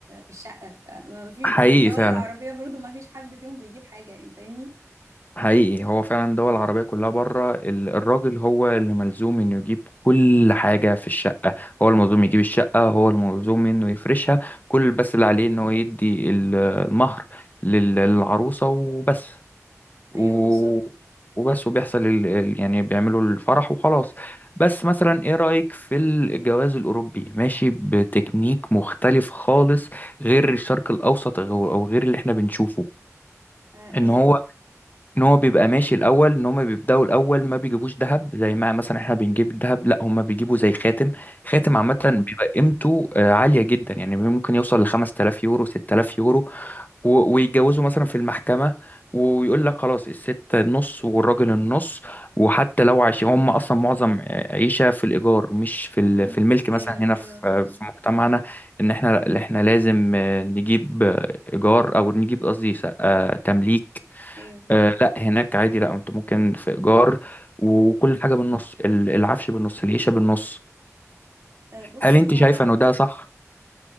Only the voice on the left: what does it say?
حقيقي
فعلا
حقيقي هو فعلا الدول العربية كلها بره ال- الراجل هو اللي ملزوم انه يجيب كل حاجة في الشقة هو الملزوم يجيب الشقة هو الملزوم انه يفرشها كل بس اللي عليه ان هو يدي ال- المهر لل- للعروسة وبس و...
وبس وبيحصل ال... ال- يعني بيعملوا الفرح وخلاص بس مثلا ايه رأيك في الجواز الأوروبي ماشي بتكنيك مختلف خالص غير الشرق الأوسط او أو غير اللي احنا بنشوفه
ان هو ان هو بيبقى ماشي الاول ان هما بيبداوا الاول ما بيجيبوش ذهب زي ما مثلا احنا بنجيب الذهب لا هما بيجيبوا زي خاتم خاتم
عامه بيبقى قيمته آه، عاليه جدا يعني ممكن يوصل ل 5000 يورو 6000 يورو و- ويتجوزوا مثلا في المحكمه ويقول لك خلاص الست النص والراجل النص وحتى لو عايشين هم اصلا معظم آه، عيشه في الايجار مش في ال-
في الملك مثلا
هنا
في
آه، في مجتمعنا ان احنا احنا لازم آه، نجيب آه، ايجار او نجيب قصدي آه، تمليك
آه لا هناك عادي لا انت ممكن في ايجار وكل حاجه بالنص ال- العفش بالنص العيشه بالنص
هل انت
شايفه انه ده صح